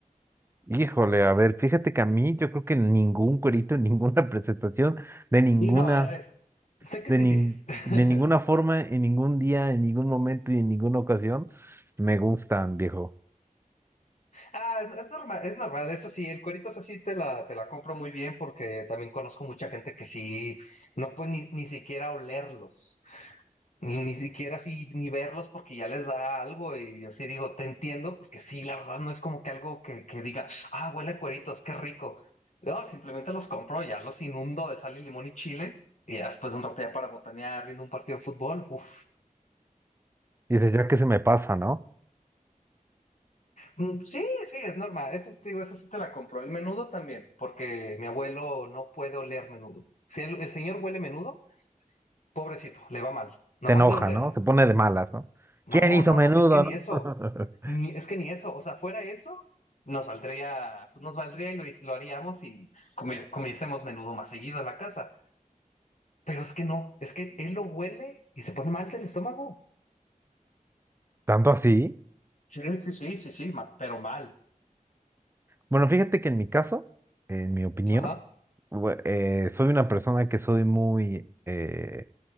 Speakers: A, on the right; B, on the left.
A: Híjole, a ver, fíjate que a mí yo creo que ningún cuerito, en ninguna <laughs> presentación, de ninguna,
B: Y no, es- sé que
A: de,
B: es difícil.
A: nin-
B: <laughs>
A: de ninguna forma, en ningún día, en ningún momento y en ninguna ocasión, me gustan, viejo.
B: Ah, es es normal, es normal, eso sí, el cuerito esa sí te la, te la compro muy bien porque también conozco mucha gente que sí, no puede ni, ni siquiera olerlos, ni, ni siquiera así, ni verlos porque ya les da algo y yo sí digo, te entiendo, porque sí, la verdad no es como que algo que, que diga, ah, huele a cueritos, qué rico. No, simplemente los compro, ya los inundo de sal y limón y chile y ya después de un rato ya para botanear, viendo un partido de fútbol, uff.
A: Dices, ya que se me pasa, ¿no?
B: Mm, Sí, sí, es normal. Esa, sí, te digo, esa sí te la compro. El menudo también, porque mi abuelo no puede oler menudo. Si el, el señor huele menudo, pobrecito, le va mal. Nomás
A: Te enoja,
B: de olerlo.
A: ¿no? Se pone de malas, ¿no?
B: No,
A: ¿Quién hizo
B: no,
A: menudo,
B: no, es que ni eso.
A: no?
B: Ni, es que ni eso. O sea, fuera eso, nos valdría, pues nos valdría y lo, lo haríamos y comi- comiésemos menudo más seguido en la casa. Pero es que no, es que él lo huele y se pone mal del estómago.
A: <laughs> Tanto así.
B: Sí, sí, sí, sí, sí, ma- pero mal.
A: Bueno, fíjate que en mi caso, en mi opinión,
B: Ajá.
A: bue- eh, soy una persona que soy muy... eh,